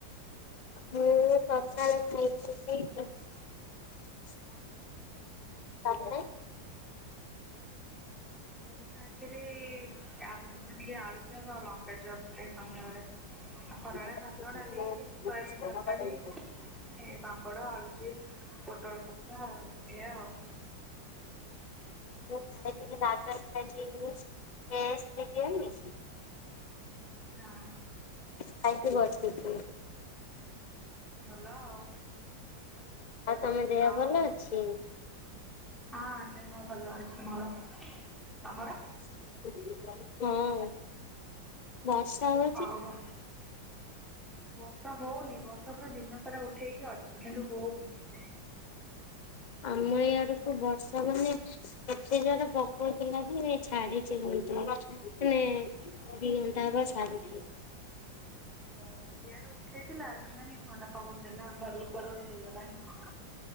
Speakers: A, on the left (about 40°); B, in the centre.
A: ମୁଁ ପଖାଳ ଖାଇଛି ଠିକ ଅଛି। ତମେ?
B: ମୁଁ ଖାଇଥିଲି-ଇ-ଇ ତା ପୂର୍ବରୁ ଟିକେ ଆଳୁ ଚପ, ଆଉ ଲଙ୍କା ଚପ୍ ଏ ସନ୍ଧ୍ୟାବେଳେ। ଖରାବେଳେ
A: ମୁଁ
B: ଭାତ,
A: ଖାଇଥିଲି
B: ଡାଲି, ଶୋୟାବିନ୍ ତରକାରୀ। ଏ ପାମ୍ପଡ, ଆଳୁଚିପ୍ସ, ପୋଟଳ କଷା ଏଇଆ ଆଉ।
A: ମୁଁ ଖାଇ ଥିଲି ଗାଜର ଖାଇ ଥିଲି ଇଏ। ଟେଷ୍ଟେ ଦିଏନି।
B: ହଁ।
A: ଖାଇକି ବସିଚି।
B: ଭଲ ଆଉ।
A: ଆଉ ତମ ଦେହ
B: ଆଉ
A: ଭଲ ଅଛି?
B: ହଁ ଦେହ ଭଲ ଅଛି ମୋର। ତମର?
A: ହଁ। ବର୍ଷା ହଉ
B: ହଉ ହଉ ବ ର୍ଷା ହଉନି ବର୍ଷା ପୁରା ଦିନ ସାରା ଉଠେଇକି ଅଛି କିନ୍ତୁ ହଉନି ଏବେ।
A: ଆମ ଏଇ ଆଡକୁ ବର୍ଷା ମାନେ କେତେ ଜୋରେ ପକଉଥିଲା ଯେ ଛାଡିଛି ଏଇକିନା। ମାନେ-ଏ-ଏ-ଏ ଦି ଘଣ୍ଟା ହବ ଛାଡିଛି।
B: ଓହୋ ଇଆଡେ ଉଠେଇଥିଲା ହେଲାନି ଥଣ୍ଡା ପବନ ଦେଲା ମୁଁ ଭାବିଲି କୁଆଡେ ଗୋଟେ ହେଇଗଲାଣି।